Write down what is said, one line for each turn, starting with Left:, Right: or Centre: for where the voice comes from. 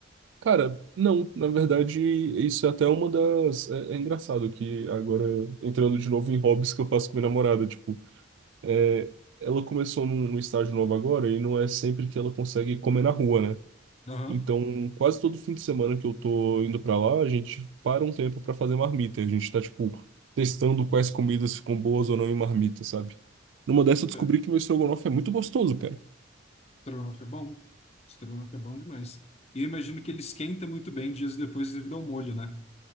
Right: cara, não, na verdade, isso é até uma das. É, é engraçado que agora, entrando de novo em hobbies que eu faço com minha namorada, tipo, é, ela começou num, num estágio novo agora e não é sempre que ela consegue comer na rua, né?
Left: Aham.
Right: Então, quase todo fim de semana que eu tô indo pra lá, a gente para um tempo pra fazer marmita. A gente tá, tipo, testando quais comidas ficam boas ou não em marmita, sabe? Numa dessa eu descobri
Left: É.
Right: que meu estrogonofe é muito gostoso, cara.
Left: Estrogonofe é bom. Estrogonofe é bom demais. E eu imagino que ele esquenta muito bem dias depois devido ao molho, né?